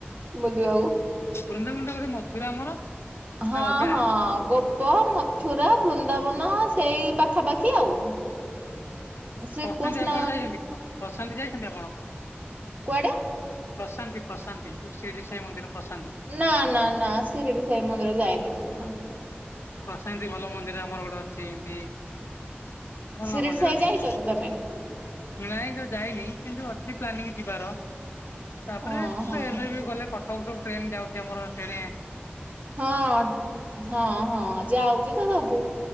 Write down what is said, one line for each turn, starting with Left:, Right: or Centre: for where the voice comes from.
Right: ବୁଲିବାକୁ
Left: ବୃନ୍ଦାବୃନ୍ଦ ବୋଧେ ମଥୁରା ଆମର
Right: ହଁ
Left: ନା ଅଲଗା?
Right: ହଁ ଗୋପ ମତ ମଥୁରା ବୃନ୍ଦାବନ ସେଇ ପାଖାପାଖି ଆଉ ଶ୍ରୀକୃଷ୍ଣ
Left: ପ୍ରଶାନ୍ତି ଆପଣ ଯାଇଛନ୍ତି ପ୍ରଶାନ୍ତି ଯାଇଛନ୍ତି ଆପଣ?
Right: କୁଆଡେ?
Left: ପ୍ରଶାନ୍ତି ପ୍ରଶାନ୍ତି ଯୋଉ ଶିରିଡ଼ି ସାଇ ମନ୍ଦିର ପ୍ରଶାନ୍ତି
Right: ନା ନା ନା ଶିରିଡ଼ି ସାଇ ମନ୍ଦିର ଯାଇନି ମୁଁ ନା
Left: ପ୍ରଶାନ୍ତି ଭଲ ମନ୍ଦିର ଆମର ଗୋଟେ ଅଛି ଏମତି ଭଲ
Right: ଶିରିଡି
Left: ମନ୍ଦିର
Right: ସାଇ
Left: ଟିଏ।
Right: ଯାଇଛ କି ତମେ?
Left: ନାଇଁ ତ ଯାଇନି କିନ୍ତୁ ଅଛି ପ୍ଲାନିଂ ଯିବାର ତାପରେ
Right: ହଁ
Left: ସେ
Right: ହଁ।
Left: ଏ ଗଲେ ସବୁ ସବୁ ଟ୍ରେନ ଯାଉଡ଼ି ଆମର ସେଣେ
Right: ହଁ। ହଁ ହଁ ଯାଉଛି ତ ସବୁ